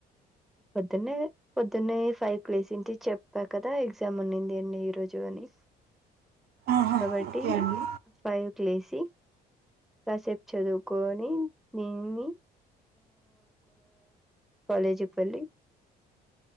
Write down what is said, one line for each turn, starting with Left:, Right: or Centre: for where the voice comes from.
Centre: పొద్దున్నే పొద్దున్నే ఫైవ్క్ లెసింటి చెప్పా కదా ఎగ్జామ్ ఉన్నింది అండి ఈ రోజు అని
Right: ఆహా!
Centre: కాబట్టి
Right: ఓకే అండి.
Centre: ఫైవ్క్ లేసి కాసేప్ చదువుకోని నిన్ని కాలేజ్కు వెళ్ళి